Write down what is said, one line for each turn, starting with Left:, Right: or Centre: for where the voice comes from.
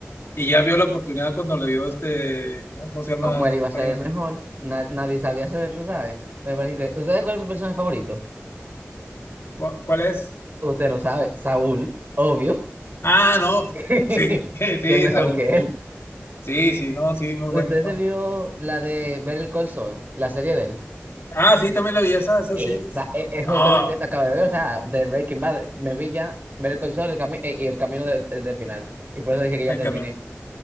Left: y ya vio la oportunidad cuando le dio este, ay, ¿cómo se llama
Right: Como él
Left: el
Right: iba
Left: compañero?
Right: a ser el mejor, na- nadie sabía hacerlo, ¿sabes? Me parece increíble. ¿Ustedes cuál es mi personaje favorito?
Left: ¿Cu- ¿Cuál es?
Right: Usted lo sabe, Saúl, obvio.
Left: Ah, no,
Right: <laughs>
Left: sí, <laughs> sí,
Right: ¿Qué mejor
Left: Saúl,
Right: que él?
Left: sí, sí, no, sí, muy bueno,
Right: ¿Usted
Left: no.
Right: se vio la de Ver el Call Saul, la serie de él?
Left: Ah, sí, también la vi, esa, esa
Right: Esa,
Left: sí, es-
Right: e- es, justamente
Left: no,
Right: esa acaba de ver, o sea, de Breaking Bad, me vi ya ver el console el cami- eh, y el camino de, eh, de final, y por eso dije que ya
Left: el
Right: terminé.
Left: camino.